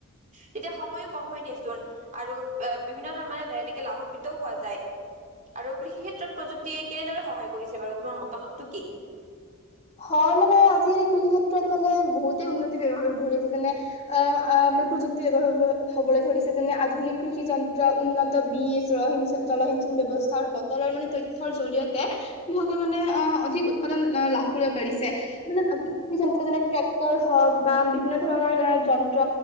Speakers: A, on the right (about 35°); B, on the left (about 30°).
A: তেতিয়া সময়ো কম হয় দিয়াচোন আৰু এ' বিভিন্ন ধৰনৰ মানে এনেকে লাভান্বিতও হোৱা যায়। আৰু কৃষি ক্ষেত্ৰত প্ৰযুক্তিয়ে কেনেদৰে সহায় কৰিছে বাৰু তোমাৰ মতামতটো কি?
B: হয়, মানে আজিকালি কৃষি ক্ষেত্ৰত মানে বহুতে উন্নতি ব্যৱহাৰ <unintelligible> যেনে অ প্ৰযুক্তি ব্যৱহাৰ হব-হবলৈ ধৰিছে যেনে আধুনিক কৃষি যন্ত্ৰ, উন্নত বীজ, ৰহ জল ব্যৱস্থা আৰু বতৰৰ মানে তথ্যৰ জৰিয়তে কৃষকে মানে অহ অধিক উৎপাদন লাভ কৰিব পাৰিছে। মানে <unintelligible> যন্ত্ৰ যেনে ট্ৰেক্টৰ হওক বা বিভিন্ন ধৰণৰ যন্ত্ৰ